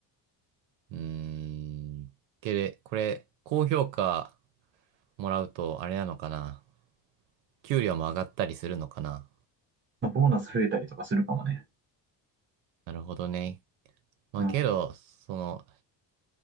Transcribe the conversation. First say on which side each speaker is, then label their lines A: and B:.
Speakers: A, on the right; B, on the right.
A: うーん。け、これ、高評価もらうと、あれなのかな。給料も上がったりするのかな。
B: まあボーナス増えたりとかするかもね。
A: なるほどね。まあけど、
B: うん。
A: その、